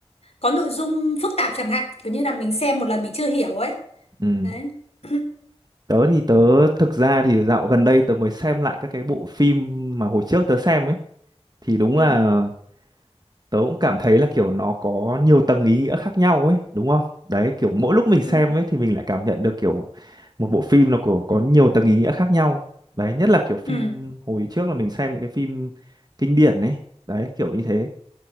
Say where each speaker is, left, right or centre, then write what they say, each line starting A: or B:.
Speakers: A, on the left; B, on the right.
A: có nội dung phức tạp chẳng hạn. Kiểu như là mình xem một lần mình chưa hiểu ấy.
B: ừ,
A: Đấy. <clears throat>
B: tớ thì tớ thực ra thì dạo gần đây tớ mới xem lại các cái bộ phim mà hồi trước tớ xem ấy thì đúng
A: Ừ.
B: là tớ cũng cảm thấy là kiểu nó có nhiều tầng ý nghĩa khác nhau ấy đúng không đấy kiểu mỗi lúc mình xem
A: Ừ.
B: ấy thì mình lại cảm nhận được kiểu một bộ phim nó có có nhiều tầng ý nghĩa khác nhau đấy nhất là kiểu phim
A: Ừ.
B: hồi trước là mình xem những cái phim kinh điển ấy đấy kiểu như thế